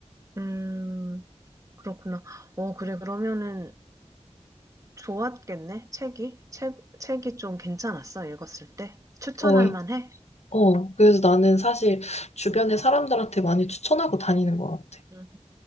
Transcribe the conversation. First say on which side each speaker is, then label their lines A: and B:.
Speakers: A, on the right; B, on the left.
A: 음, 그렇구나. 어, 그래, 그러면은 좋았겠네, 책이? 책, 책이 좀 괜찮았어, 읽었을 때? 추천할
B: 어,
A: 만해?
B: 어, 그래서 나는 사실 주변의
A: 음,
B: 사람들한테 많이 추천하고 다니는 것 같아.
A: 음.